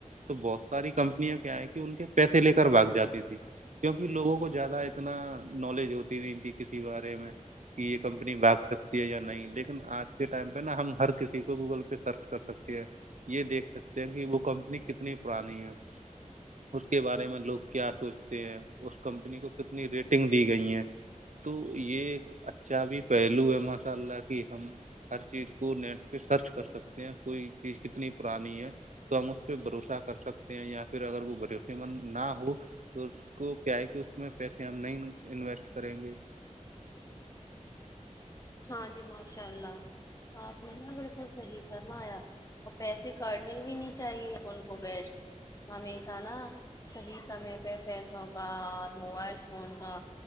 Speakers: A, on the right; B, on the left.
A: تو بہت ساری کمپنیاں کیا ہے کہ ان کے پیسے لے کر بھاگ جاتی تھیں کیونکہ لوگوں کو زیادہ اتنا نالج ہوتی نہیں ان ت کسی بارے میں کہ یہ کمپنی بھاگ سکتی ہے یا نہیں لیکن آج کے ٹائم پہ نا ہم ہر کسی کو گوگل پہ سرچ کر سکتے ہیں یہ دیکھ سکتے ہیں کہ وہ کمپنی کتنی پرانی ہے اس کے بارے میں لوگ کیا سوچتے ہیں اس کمپنی کو کتنی ریٹنگ دی گئی ہیں تو یہ ایک اچھا بھی پہلو ہے ماشاء اللہ کہ ہم ہر چیز کو نیٹ پہ سرچ کر سکتے ہیں کوئی چیز کتنی پرانی ہے تو ہم اس پہ بھروسہ کر سکتے ہیں یا پھر اگر وہ بھروسے مند نہ ہو تو اس کو کیا ہے کہ اس میں پیسے ہم نہیں انویسٹ کریں گے
B: ہاں جی ماشاء اللہ آپ نے نہا بالکل صحیح فرمایا اور پیسے کرنے بھی نہیں چاہیے ان کو بیھ ہمیشہ نا صحیح سمے پہ پیسوں کا اور موبائل فون کا